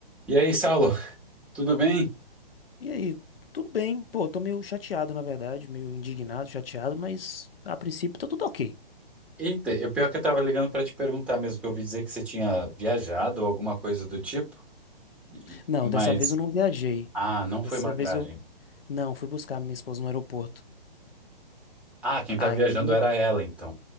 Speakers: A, in the centre; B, on the left (about 75°).
A: E aí, Saulo, tudo bem?
B: E aí, tudo bem? Pô, tô meio chateado, na verdade, meio indignado, chateado, mas a princípio tá tudo ok.
A: Eita, é pior que eu tava ligando pra te perguntar mesmo, que eu ouvi dizer que você tinha viajado ou alguma coisa do tipo, e-
B: Não,
A: mas,
B: dessa vez eu não viajei.
A: ah, não foi
B: Dessa
A: uma viagem.
B: vez eu não fui buscar minha esposa no aeroporto.
A: Ah, quem
B: Aí,
A: tá viajando era ela, então.